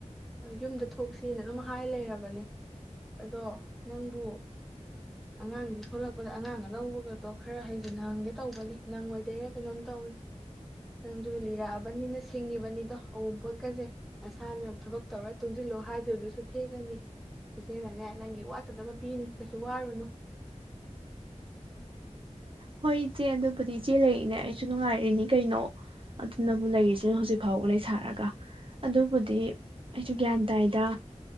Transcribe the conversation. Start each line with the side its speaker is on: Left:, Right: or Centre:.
Centre: ꯌꯨꯝꯗ ꯊꯣꯛꯁꯤꯅ ꯑꯗꯨꯝ ꯍꯥꯏ ꯂꯩꯔꯕꯅꯦ ꯑꯗꯣ ꯅꯪꯕꯨ ꯑꯉꯥꯡꯗꯤ ꯊꯣꯛꯣꯂꯛꯄꯗ ꯑꯉꯥꯡꯒ ꯂꯧꯕꯒꯗꯣ ꯈꯔ ꯍꯥꯏꯁꯦ ꯅꯪꯒꯦ ꯇꯧꯕꯅꯤ ꯅꯪꯉꯣꯏꯗꯣꯏꯔꯥ ꯀꯩꯅꯣꯝ ꯇꯧꯋꯤ ꯅꯪꯗꯨ ꯂꯤꯔꯛꯑꯕꯅꯤꯅ ꯁꯤꯡꯉꯤꯕꯅꯤꯗꯣ ꯑꯑꯣꯅꯄꯣꯠꯀꯁꯦ ꯅꯁꯥꯅ ꯊꯕꯛ ꯇꯧꯔ ꯇꯨꯡꯁꯤꯜꯂꯣ ꯍꯥꯏꯗꯨꯗꯨꯁꯨ ꯊꯦꯡꯒꯅꯤ ꯏꯆꯦꯅꯅꯦ ꯅꯪꯒꯤ ꯋꯥꯠꯇꯗꯕ ꯄꯤꯅꯤ ꯀꯩꯁꯨ ꯋꯥꯔꯨꯅꯨ
Right: ꯍꯣꯏ ꯏꯆꯦ ꯑꯗꯨꯕꯨꯗꯤ ꯏꯆꯦ ꯂꯩꯔꯤꯏꯅꯦ ꯑꯩꯁꯨ ꯅꯨꯡꯉꯥꯏꯔꯤꯅꯤ ꯀꯩꯅꯣ ꯑꯗꯨꯅꯕꯨ ꯂꯩꯔꯤꯁꯤꯅ ꯍꯧꯖꯤꯛ ꯐꯥꯎꯕ ꯂꯩ ꯁꯥꯔꯒ ꯑꯗꯨꯕꯨꯗꯤ ꯑꯩꯁꯨ ꯒ꯭ꯌꯥꯟ ꯇꯥꯏꯗ